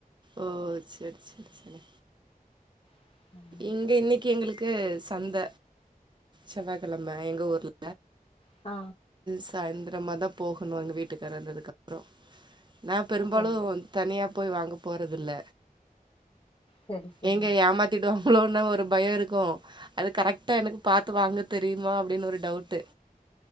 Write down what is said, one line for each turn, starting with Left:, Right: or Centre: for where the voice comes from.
Right: ஓ செரி செரி செரி
Left: <inaudible>
Right: எங்க இன்னைக்கு எங்களுக்கு சந்த செவ்வாகெழம எங்க ஊர்ல
Left: ஆ
Right: சாய்ந்ரமாதா போகணு எங்க வீட்டுக்காரர் வந்ததுக்கப்ற நா பெரும்பாலு
Left: செரி
Right: வந் தனியா போய் வாங்க போறதில்ல
Left: செரி செரி
Right: எங்க ஏமாத் திடு வாங்களோனு ஒரு பய இருக்கு அது கரெக்டா எனக்கு பாத்து வாங்க தெரியுமா அப்டின்னு ஒரு டவுட்டு